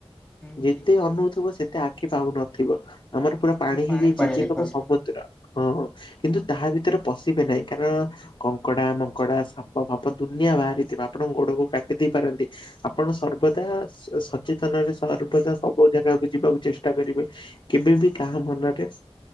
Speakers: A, in the centre; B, on the left (about 50°).
A: ହୁଁ
B: ଯେତେ
A: ଠିକ କହିଲେ
B: ଅନଉଥିବ ସେତେ ଆଖି ପାଉନଥିବ। ଆମର ପୁରା ପାଣି
A: ଖାଲି
B: ହେଇଯାଇଛି
A: ପାଣି
B: ଯିଏ
A: ଦେଖାଉଥିଲା।
B: କହିବ ସମୁଦ୍ର। ହଁ କିନ୍ତୁ ତାହା ଭିତରେ ପଶିବେ ନାହିଁ କାରଣ କଙ୍କଡା ମଙ୍କଡା ସାପ ଫାପ ଦୁନିଆ ବାହାରିଥିବ ଆପଣଙ୍କ ଗୋଡକୁ କାଟି ଦେଇପାରନ୍ତି। ଆପଣ ସର୍ବଦା ସଚେତନରେ ସର୍ବଦା ସବୁ ଜାଗାକୁ ଯିବାକୁ ଚେଷ୍ଟା କରିବେ। କେବେବି କାହା ମନରେ